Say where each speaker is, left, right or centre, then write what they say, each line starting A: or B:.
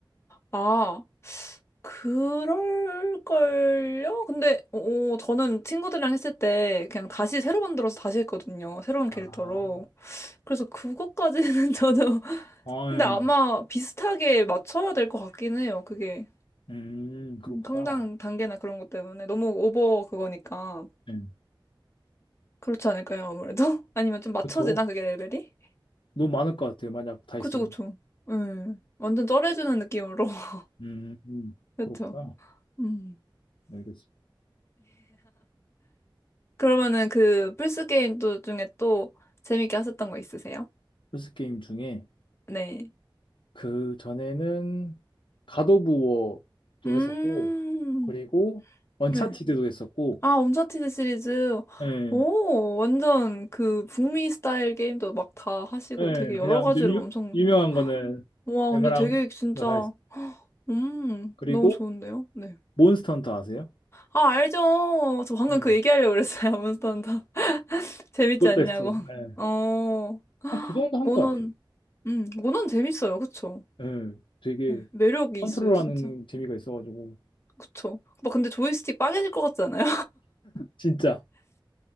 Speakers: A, on the left; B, on the left.
A: 아 그럴걸요? 근데 어, 어, 저는 친구들이랑 했을 때 그냥 다시 새로 만들어서 다시 했거든요. 새로운 캐릭터로.
B: 아,
A: 그래서 그것까지는 <laughs> 저도
B: 아,
A: 근데
B: 예.
A: 아마 비슷하게 맞춰야 될 것 같긴 해요. 그게
B: 음, 그렇구나.
A: 음, 성장 단계나 그런 것 때문에 너무 오버 그거니까
B: 예,
A: 그렇지 않을까요? 아무래도 <laughs> 아니면 좀 맞춰지나
B: 그쵸.
A: 그게 레벨이?
B: 너무 많을 것 같아요. 만약 다
A: 그쵸
B: 있으면.
A: 그쵸. 음 완전 쩔어주는 느낌으로 <laughs>
B: 음, 음,
A: 그쵸.
B: 그렇구나.
A: 음
B: 알겠어.
A: 그러면은 그 플스 게임 또 중에 또 재밌게 하셨던 거 있으세요?
B: 플스 게임 중에
A: 네.
B: 그 전에는 갓 오브 워도
A: 음
B: 했었고 그리고 언차티드도
A: 네.
B: 했었고
A: 아, 언차티드 시리즈.
B: 예.
A: 오, 완전 그 북미 스타일 게임도 막 다 하시고
B: 예,
A: 되게 여러
B: 그냥
A: 가지로
B: 좀 유,
A: 엄청,
B: 유명한 거는
A: 와,
B: 웬만한
A: 근데 되게
B: 거
A: 진짜,
B: 다 했어.
A: 음,
B: 그리고
A: 너무 좋은데요? 네.
B: 몬스터 헌터 아세요?
A: 아, 알죠. 저 방금
B: 예,
A: 그 얘기하려고 그랬어요. <laughs> 몬스터 헌터. <laughs> 재밌지
B: 그것도
A: 않냐고.
B: 했어요. 예.
A: 어,
B: 한그 정도 한
A: 모논,
B: 것 같아요.
A: 음, 모논 재밌어요. 그쵸?
B: 예, 되게
A: 네, 매력이
B: 컨트롤하는
A: 있어요, 진짜.
B: 재미가 있어가지고
A: 그쵸? 막 근데 조이스틱 빠개질 것 같지 않아요?
B: 진짜.